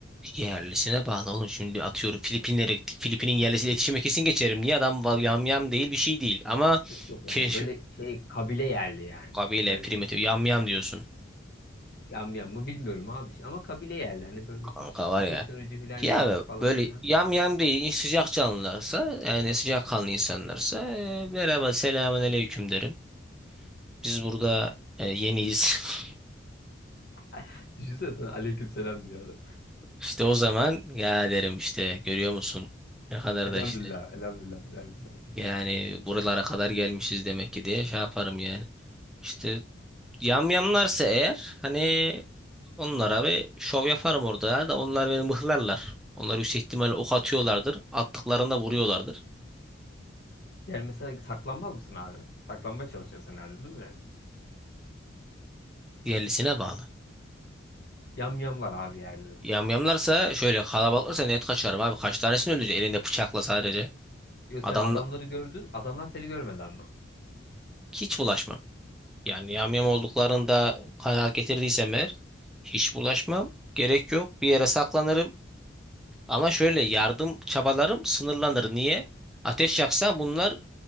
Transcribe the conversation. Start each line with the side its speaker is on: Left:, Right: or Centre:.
Centre: Yerlisine bağlı oğlum şimdi atıyorum Filipinlere gittik. Filipin'in yerlisiyle iletişime kesin geçerim. Niye adam yamyam değil bir şey değil. Ama
Left: Yok yok yani
Centre: keşf
Left: böyle şey kabile yerli yani.
Centre: Kabile
Left: Öyle.
Centre: primitif yam yam diyorsun.
Left: Yam yam mı bilmiyorum abi. işte Ama kabile yerli. Hani böyle
Centre: Kanka
Left: hiç
Centre: var ya.
Left: teknoloji falan yok
Centre: Ya
Left: falan
Centre: böyle
Left: filan.
Centre: yam yam değil sıcak canlılarsa yani sıcak kanlı insanlarsa e, merhaba selamun aleyküm derim. Biz burada e, yeniyiz. <laughs>
Left: <laughs> Düşünsene sana aleyküm selam diyor adam.
Centre: İşte o zaman ya derim işte görüyor musun ne kadar
Left: Elhamdülillah,
Centre: da işte
Left: elhamdülillah dersin abi.
Centre: yani buralara kadar gelmişiz demek ki diye şey yaparım yani. İşte Yamyamlarsa eğer hani onlara bir şov yaparım orada ya da onlar beni mıhlarlar. Onlar yüksek ihtimalle ok atıyorlardır. Attıklarında vuruyorlardır.
Left: Yani mesela saklanmaz mısın abi? Saklanmaya çalışıyorsun herhalde değil mi yani?
Centre: Diğerlisine bağlı.
Left: Yam yamlar abi yerliler.
Centre: Yamyamlarsa şöyle kalabalıklarsa net kaçarım abi. Kaç tanesini öldürecek elinde bıçakla sadece.
Left: Yok
Centre: Adam
Left: sen adamları gördün, adamlar seni görmedi ama.
Centre: hiç bulaşmam. Yani yamyam olduklarında kanaat getirdiysem eğer hiç bulaşmam. Gerek yok. Bir yere saklanırım. Ama şöyle yardım çabalarım sınırlanır. Niye? Ateş yaksan bunlar